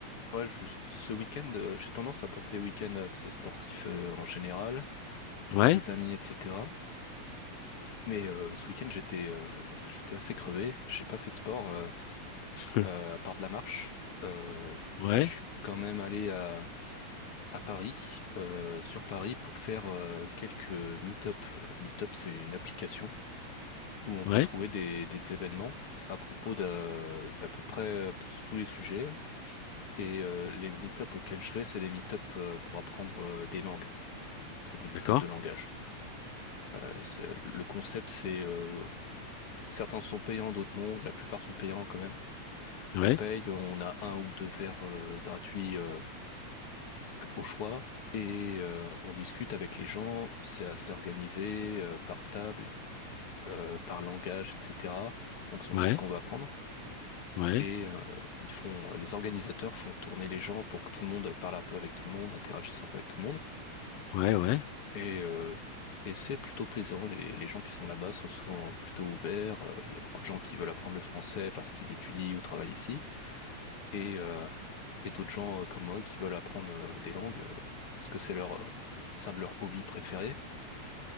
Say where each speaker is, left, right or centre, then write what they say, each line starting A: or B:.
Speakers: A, on the left (about 50°); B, on the left (about 75°).
A: Ouais, juste ce week-end, euh, j'ai tendance à passer des week-ends assez sportifs euh, en général, voir
B: Ouais,
A: des amis, etc. Mais euh, ce week-end, j'étais euh, j'étais assez crevé. J'ai pas fait de sport euh,
B: <laughs>
A: euh, à part de la marche, Euh,
B: ouais,
A: mais je suis quand même allé à, à Paris, euh, sur Paris, pour faire euh, quelques meet-up. Euh, Meetup, c'est une application où on peut
B: ouais,
A: trouver des, des événements à propos d'à d'à peu près euh, pff, tous les sujets. Et euh, les meet-up auxquels je vais, c'est des meet-up euh, pour apprendre euh, des langues. c'est des meet-ups
B: d'accord.
A: de langage. Euh, c'est- le concept, c'est euh, certains sont payants, d'autres non. La plupart sont payants quand même.
B: Ouais,
A: On paye, on a un ou deux verres euh, gratuits euh, au choix et euh, on discute avec les gens. C'est assez organisé euh, par table, euh, par langage, etc. En fonction
B: ouais,
A: de ce qu'on veut apprendre.
B: ouais,
A: Et euh, ils font, les organisateurs font tourner les gens pour que tout le monde parle un peu avec tout le monde, interagisse un peu avec tout le monde.
B: ouais, ouais.
A: Et, euh, et c'est plutôt plaisant. Les, les gens qui sont là-bas sont souvent plutôt ouverts. Euh, Il y a beaucoup de gens qui veulent apprendre le français parce qu'ils étudient ou travaillent ici. Et, euh, et d'autres gens euh, comme moi qui veulent apprendre euh, des langues euh, parce que c'est leur, euh, c'est un de leurs hobbies préférés.